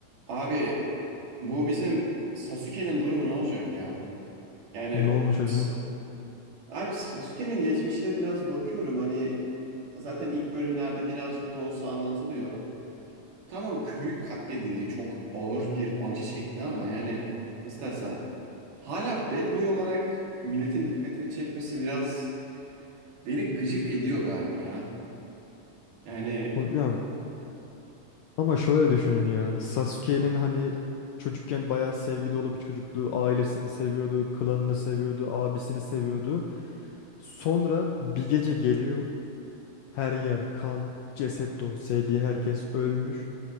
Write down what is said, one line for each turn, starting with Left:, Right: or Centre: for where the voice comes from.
Right: Abi bu bizim Sasuke'nin durumu ne olacak ya? Yani
Left: Ne olmuş hocam?
Right: Sa- abi Sasuke'nin geçmişine biraz bakıyorum hani zaten ilk bölümlerde birazcık da olsa anlatılıyor. Tamam köyü katledildi çok ağır bir acı çekti ama yani nasıl desem hala bad boy olarak milletin dikkatini çekmesi biraz beni gıcık ediyor galiba ya. Yani
Left: Hocam ama şöyle düşünün ya. Sasuke'nin hani çocukken bayağı sevgi dolu bir çocuktu. Ailesini seviyordu, klanını seviyordu, abisini seviyordu. Sonra bir gece geliyor. Her yer kan, ceset dolu. Sevdiği herkes ölmüş.